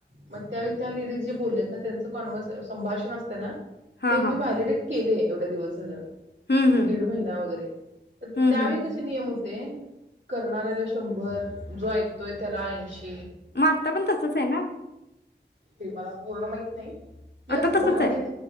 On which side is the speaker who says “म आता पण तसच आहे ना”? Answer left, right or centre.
Left